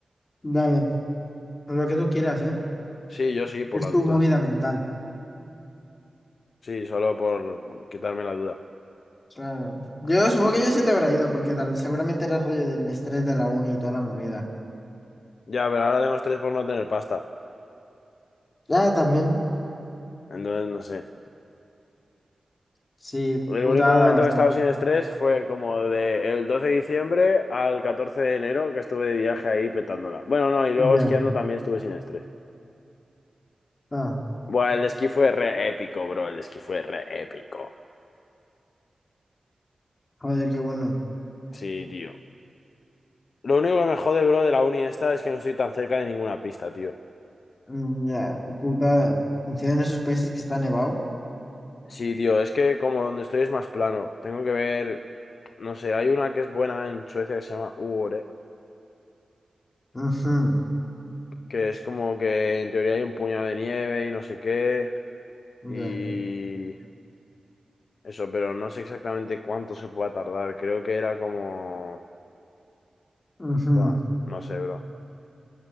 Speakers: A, on the left (about 35°); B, on the left (about 75°).
A: Dale, lo que tú quieras, ¿eh?
B: Sí, yo sí, por
A: Es
B: las
A: tu
B: dudas.
A: movida mental.
B: Sí, solo por quitarme la duda.
A: Claro. Yo supongo que ya se te habrá ido, porque tal, seguramente era rollo del estrés de la uni y toda la movida.
B: Ya, pero ahora tengo estrés por no tener pasta.
A: Ah, también.
B: Entonces, no sé.
A: Sí,
B: El
A: putada
B: único momento
A: bastante.
B: que he estado sin estrés fue como de el 12 de diciembre al 14 de enero que estuve de viaje ahí petándola. Bueno, no, y luego
A: Ya.
B: esquiando también estuve sin estrés.
A: Ah,
B: Buah, el esquí fue re épico, bro. El esquí fue re épico.
A: joder, qué bueno.
B: Sí, tío. Lo único que me jode, bro, de la uni esta es que no estoy tan cerca de ninguna pista, tío.
A: Mm, Ya, putada. Si en esos países que está nevado.
B: Sí, tío, es que como donde estoy es más plano. Tengo que ver, no sé, hay una que es buena en Suecia que se llama Uore,
A: Ujú,
B: que es como que en teoría hay un puñado de nieve y no sé qué.
A: ya.
B: Y... Eso, pero no sé exactamente cuánto se pueda tardar. Creo que era como...
A: ujú.
B: Buah, no sé, bro.